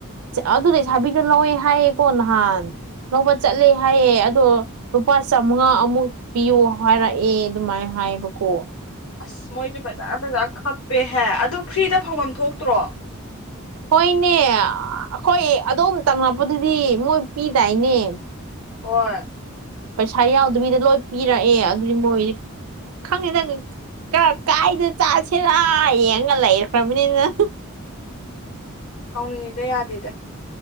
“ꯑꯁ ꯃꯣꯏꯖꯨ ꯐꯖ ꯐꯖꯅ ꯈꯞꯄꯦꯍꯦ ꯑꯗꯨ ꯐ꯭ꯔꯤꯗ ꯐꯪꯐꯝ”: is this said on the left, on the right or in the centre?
Left